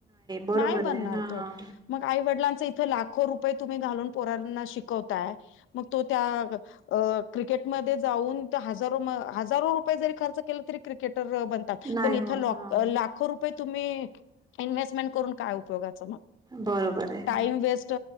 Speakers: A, on the right; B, on the left.
A: बरोबर
B: नाही बनणार
A: आहे हा
B: तो मग आई वडिलांचं इथं लाखो रुपये तुम्ही घालून पोरांना शिकवताय मग तो त्या क्रिकेटमध्ये जाऊन ह हजार रुपये जरी ख ब
A: नाही
B: इ
A: हो हा
B: ला तुम्ही इन्व्हेस्टमेंट करून काय उपयोगाचं मग
A: बरोबर आहे
B: टाईम वेस्ट